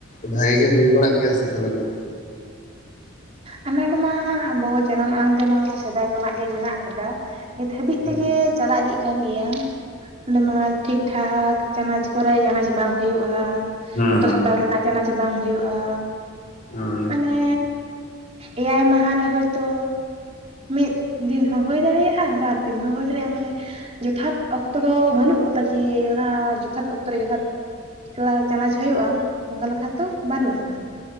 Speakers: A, on the left (about 40°); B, on the right (about 30°).
A: ᱵᱷᱟᱜᱮ ᱜᱮ ᱦᱩᱭ ᱵᱟᱲᱟᱜ ᱜᱮᱭᱟ ᱪᱮᱫ ᱞᱮᱠᱟ?
B: ᱟᱱᱟᱴ ᱢᱟ ᱟᱵᱚ ᱡᱟᱱᱟᱢ ᱟᱲᱟᱝ ᱛᱮᱢᱟ ᱥᱮᱫᱟᱭ ᱠᱷᱚᱱᱟᱜ ᱜᱮ ᱢᱮᱱᱟᱜ ᱟᱠᱟᱫᱟ ᱾ ᱱᱤᱛ ᱦᱟᱹᱵᱤᱡ
A: ᱦᱮᱸ
B: ᱛᱮᱜᱮ ᱪᱟᱞᱟ ᱤᱫᱤᱜ ᱠᱟᱱ ᱜᱮᱭᱟ ᱾ ᱚᱸᱰᱮ ᱢᱟ ᱴᱷᱤᱠ ᱴᱷᱟᱠ ᱪᱟᱱᱟᱪ ᱠᱚᱨᱮ ᱪᱟᱱᱟᱪ ᱵᱟᱝ ᱦᱳᱭᱳᱜᱼᱟ,
A: ᱦᱮᱸ
B: ᱡᱚᱛᱚ ᱥᱟᱛᱟᱢ ᱨᱮᱱᱟᱜ ᱪᱟᱱᱟᱪ ᱵᱟᱝ ᱦᱳᱭᱳᱜᱼᱟ,
A: ᱦᱮᱸ
B: ᱢᱟᱱᱮ ᱮᱭᱟᱭ ᱢᱟᱦᱟ ᱨᱮ ᱦᱳᱭᱛᱚ ᱢᱤᱫ ᱫᱤᱱ ᱦᱚᱸ ᱦᱳᱭ ᱫᱟᱲᱮᱭᱟᱜᱼᱟ ᱵᱟᱨᱫᱤᱱ ᱦᱚᱸ ᱦᱳᱭ ᱫᱟᱲᱮᱭᱟᱜᱼᱟ ᱢᱟᱱᱮ ᱡᱚᱛᱷᱟᱛ ᱚᱠᱛᱚ ᱫᱚ ᱵᱟᱹᱱᱩᱜ ᱠᱚᱫᱟ ᱠᱮ ᱚᱱᱟ ᱡᱚᱛᱷᱟᱛ ᱚᱠᱛᱚ ᱨᱮ ᱡᱚᱛᱷᱟᱛ ᱠᱞᱟ ᱪᱟᱱᱟᱪ ᱦᱳᱭᱳᱜᱼᱟ ᱚᱝᱠᱟ ᱞᱮᱠᱷᱟ ᱫᱚ ᱵᱟᱹᱱᱩᱜᱼᱟ ᱾